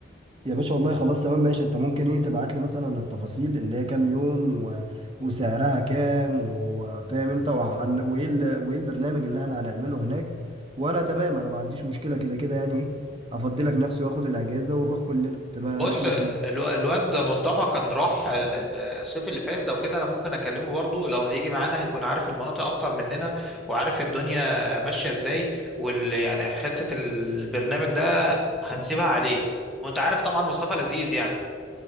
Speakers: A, on the right; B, in the centre.
A: يا باشا والله خلاص تمام ماشي انت ممكن ايه تبعت لي مثلا التفاصيل اللي هي كام يوم و... وسعرها كام وفاهم انت وهن... وايه ال... وايه البرنامج اللي احنا هنعمله هناك وانا تمام انا ما عنديش مشكلة كده كده يعني ايه افضلك نفسي واخد الاجازة ونروح كلنا تبقى
B: بص
A: رحلة حلوة
B: الو- الواد مصطفى كان راح ال- ال- الصيف اللي فات لو كده انا ممكن اكلمه برضه لو هيجي معانا هيكون عارف المناطق اكتر مننا وعارف الدنيا ماشية ازاي وال يعني حتة البرنامج ده هنسيبها عليه وانت عارف طبعا مصطفى لذيذ يعني